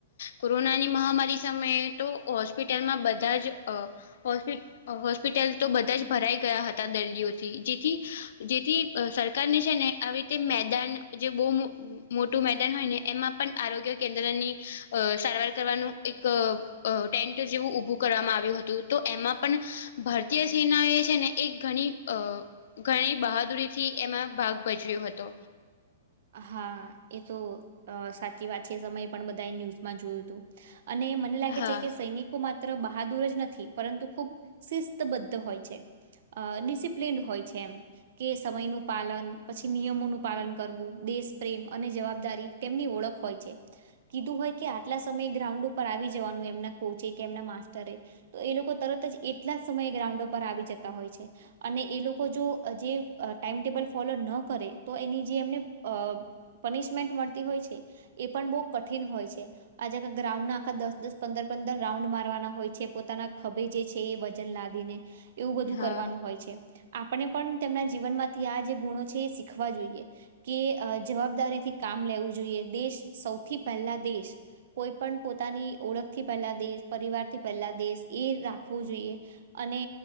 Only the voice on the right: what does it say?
હા એ તો સાચી વાત છે એ સમયે પણ બધાએ ન્યૂઝમાં જોયું હતું અને મને લાગે
છે કે સૈનિક માત્ર બહાદુર જ નથી પરંતુ ખુબ શિસ્તબદ્ધ હોય છે અ ડિસિપ્લિન્ડ હોય છે એમ કે સમયનું પાલન પછી નિયમોનું પાલન કરવું દેશ પ્રેમ અને જવાબદારી તેમની ઓળખ હોય છે કીધું હોય કે આટલા સમયે ગ્રાઉન્ડ ઉપર આવી જવાનું એમના કોચ કે એમના માસ્ટરે તો એ લોકો તરત જ એટલા જ સમયે ગ્રાઉન્ડ પર આવી જતા હોય છે અને એ લોકો જો જે ટાઈમટેબલ ફોલો ન કરે તો એની જે એમને અ પનિશમેન્ટ મળતી હોય છે એ પણ બહુ કઠિન હોય છે આજ ગ્રાઉન્ડના આખા દસ દસ પંદર પંદર રાઉન્ડ મારવાના હોય છે પોતાના ખભે જે છે એ વજન લાદીને એવું બધું
કરવાનું હોય છે આપણે પણ તેમના જીવન માંથી આ જે ગુણો છે એ શીખવા જોઈએ કે જવાબદારીથી કામ લેવું જોઈએ દેશ સૌથી પહેલા દેશ કોઈ પણ પોતાની ઓળખ થી પહેલા દેશ પરિવાર થી પહેલા દેશ એ રાખવું જોઈએ અને